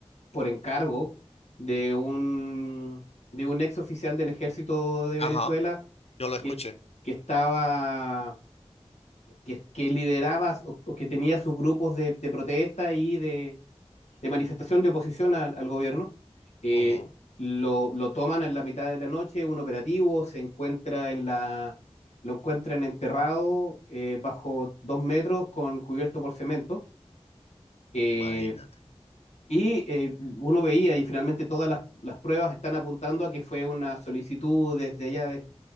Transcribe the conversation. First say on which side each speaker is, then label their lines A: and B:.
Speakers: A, on the left; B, on the left.
A: por encargo de un, de un ex oficial del ejército de
B: Ajá,
A: Venezuela
B: yo lo
A: que,
B: escuché.
A: que estaba, que, que lideraba o, o que tenía sus grupos de, de protesta y de, de manifestación de oposición al, al gobierno. Eh,
B: Ujú,
A: lo, lo toman en la mitad de la noche, un operativo, se encuentra en la, lo encuentran enterrado eh, bajo dos metros con cubierto por cemento eh,
B: Imagínate.
A: y eh, uno veía, y finalmente todas las, las pruebas están apuntando a que fue una solicitud desde allá de,